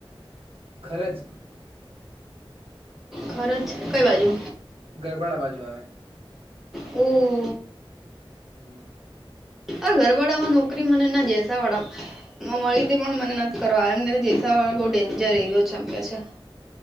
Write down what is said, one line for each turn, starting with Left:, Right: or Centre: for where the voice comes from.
Right: ખરજ.
Centre: ખરજ કઈ બાજુ?
Right: ગરબાડા બાજુ આવે.
Centre: ઓ.
Right: હમ્મ.
Centre: પર ઘરબડા માં નોકરી મને ના જેસા વાળા મ મળી હતી પણ મને નથી કરવા એમ જેસા વાળો બહુ ડેન્જર એયો છે એમ કે છે.